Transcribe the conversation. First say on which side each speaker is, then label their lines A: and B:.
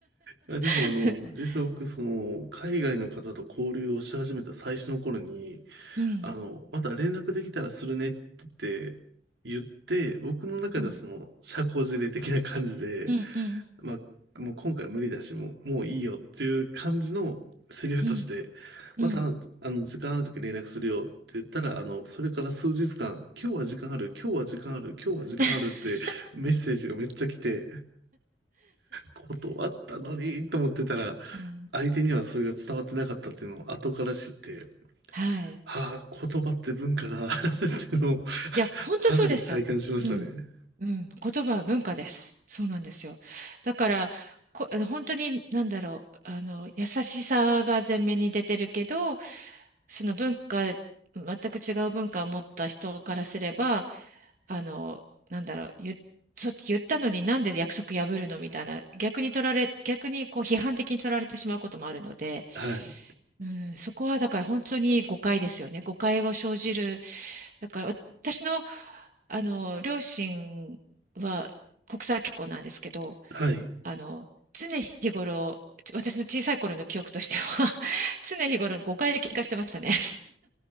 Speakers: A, on the right (about 75°); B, on the right (about 50°).
A: いや、でもあの、
B: <laughs>
A: 実際僕、その、海外の方と交流をし始めた最初の頃に、
B: うん、
A: あの、また連絡できたらするねって言って、言って僕の中ではその、
B: うん、
A: 社交辞令的な感じで、
B: うん、うん、
A: まあ、もう今回無理だし、もう、もういいよっていう感じのセリフとして、
B: うん、
A: また、
B: うん。
A: あの、時間ある時連絡するよって言ったら、あの、それから数日間、今日は時間ある、今日は時間ある、今日は時間あるってメッセージがめっちゃ来て、
B: <laughs>
A: 断ったのにと思ってたら、
B: うん
A: 相手にはそれが伝わってなかったっていうのを後から知って、
B: はい。
A: ああ、言葉って文化だ <laughs> っていうのを
B: いや、本当そうですよ。
A: 肌で体感しましたね。
B: うん。うん。言葉は文化です。そうなんですよ。だから、こ、あの本当に、なんだろう、あの、優しさが前面に出てるけど、その文化、全く違う文化を持った人からすれば、あの、なんだろう、言っ、そ言ったのになんで約束破るのみたいな、逆に取られ、逆にこう批判的に取られてしまうこともあるので、
A: はい。
B: うん、そこはだから本当に誤解ですよね。誤解を生じるだから私の、あの両親は国際結婚なんですけど、
A: はい。
B: あの常日頃、ち私の小さい頃の記憶としては <laughs> 常日頃誤解で喧嘩してましたね。